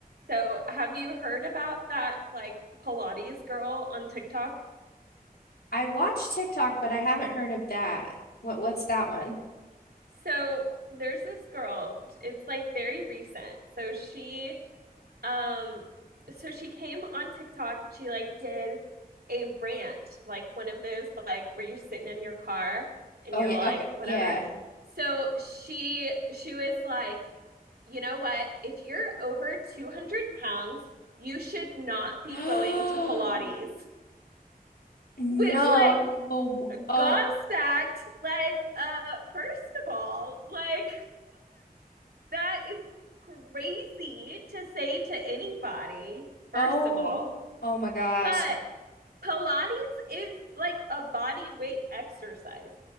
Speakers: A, on the right (about 85°); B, on the left (about 85°).
A: So, have you heard about that like Pilates girl on TikTok?
B: I watch TikTok, but I haven't heard of that. What what's that one?
A: So, there's this girl. It's like very recent. So, she um so she came on TikTok. She like did a rant, like one of those like where you're sitting in your car and
B: Oh
A: you're
B: yeah,
A: like
B: okay.
A: whatever.
B: Yeah.
A: So, she she was like, "You know what? If you're over 200 pounds, you should not be
B: <gasps>
A: going to Pilates." <laughs>
B: No.
A: Which like
B: Oh,
A: gobsmacked. Like, uh, first of all, like that is crazy to say to anybody, first
B: oh,
A: of all.
B: oh my gosh.
A: But Pilates is like a body weight exercise.